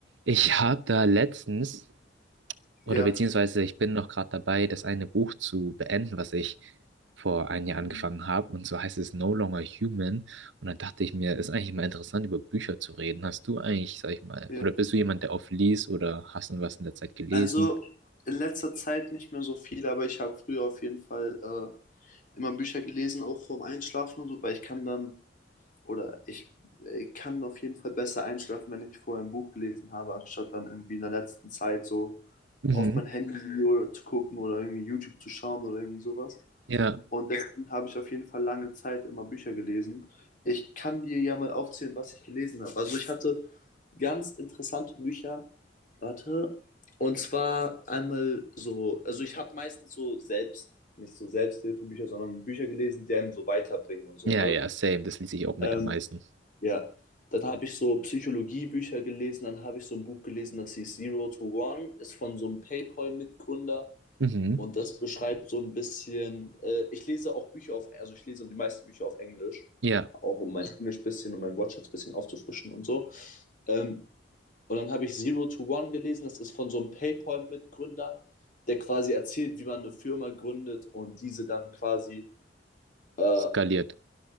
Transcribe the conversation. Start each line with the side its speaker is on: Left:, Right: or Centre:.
Right: Ich habe da letztens, oder
Left: Ja.
Right: beziehungsweise ich bin noch gerade dabei, das eine Buch zu beenden, was ich vor einem Jahr
Left: Hm.
Right: angefangen habe. Und zwar heißt es No Longer Human. Und dann dachte ich mir, ist eigentlich mal interessant, über Bücher zu reden. Hast du eigentlich, sag ich mal,
Left: ja.
Right: oder bist du jemand, der oft liest oder hast du was in der Zeit gelesen?
Left: Also in letzter Zeit nicht mehr so viel, aber ich habe früher auf jeden Fall äh, immer Bücher gelesen, auch vorm Einschlafen und so, weil ich kann dann oder ich, äh, kann auf jeden Fall besser einschlafen, wenn ich vorher ein Buch gelesen habe, anstatt dann irgendwie in der letzten Zeit so
Right: Mhm.
Left: auf mein Handy oder zu gucken oder irgendwie YouTube zu schauen oder irgendwie sowas.
Right: Ja,
Left: Und deswegen habe ich auf jeden Fall lange Zeit immer Bücher gelesen. Ich kann dir ja mal aufzählen, was ich gelesen habe. Also ich hatte ganz interessante Bücher, Warte. Und zwar einmal so, also ich habe meistens so selbst, nicht so Selbsthilfebücher, sondern Bücher gelesen, die einen so weiterbringen und so,
Right: ja,
Left: ne?
Right: ja, same. Das lese ich auch mit
Left: Ähm,
Right: am meisten.
Left: ja. Dann habe ich so Psychologiebücher gelesen, dann habe ich so ein Buch gelesen, das hieß Zero to One, ist von so einem PayPal-Mitgründer
Right: Mhm.
Left: und das beschreibt so ein bisschen, äh, ich lese auch Bücher auf, also ich lese die meisten Bücher auf Englisch,
Right: Ja,
Left: auch um mein Englisch bisschen und mein Wortschatz bisschen aufzufrischen und so. Ähm, und dann habe ich Zero to One gelesen, das ist von so einem PayPal-Mitgründer, der quasi erzählt, wie man eine Firma gründet und diese dann quasi, äh,
Right: skaliert.